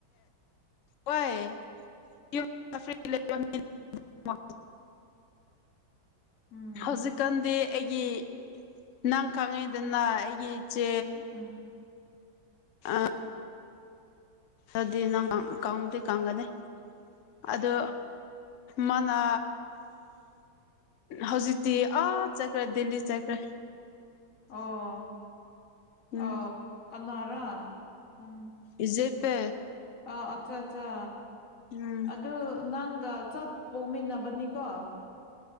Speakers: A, on the left (about 85°); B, on the left (about 40°).
A: <inaudible>
B: ꯎꯝ
A: ꯍꯧꯖꯤꯛꯀꯥꯟꯗꯤ ꯑꯩꯒꯤ ꯅꯪ ꯈꯪꯉꯤꯗꯅ ꯑꯩꯒꯤ ꯏꯆꯦ
B: ꯎꯝ
A: ꯑꯥ ꯑꯗꯨꯗꯤ ꯅꯪ ꯀꯪꯗꯤ ꯀꯪꯒꯅꯤ ꯑꯗꯨ ꯃꯅꯥ ꯍꯧꯖꯤꯛꯇꯤ ꯑ ꯆꯀ꯭ꯔ ꯗꯦꯜꯂꯤ ꯆꯀ꯭ꯔ
B: ꯑꯣ
A: ꯎꯝ
B: ꯑꯣ ꯀꯅꯥꯔꯥ ꯎꯝ
A: ꯏꯖꯦꯄꯦ
B: ꯑꯥ ꯑꯠꯆꯥ ꯑꯠꯆꯥ
A: ꯎꯝ
B: ꯑꯗꯨ ꯅꯪꯒ ꯆ ꯄꯣꯛꯃꯤꯟꯅꯕꯅꯤꯀꯣ